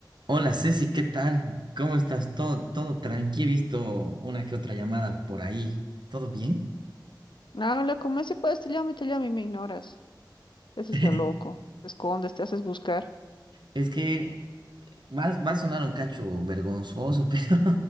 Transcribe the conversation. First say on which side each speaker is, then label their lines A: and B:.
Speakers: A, on the right; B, on the left.
A: Hola Ceci, ¿qué tal? ¿Cómo estás? Todo, todo tranqui, he visto una que otra llamada por ahí. ¿Todo bien?
B: Habla, como si puedes, te llamo y te llamo y me ignoras. Ese
A: <laughs>
B: es el loco. Te escondes, te haces buscar.
A: Es que va, va a sonar un cacho vergonzoso, <laughs> pero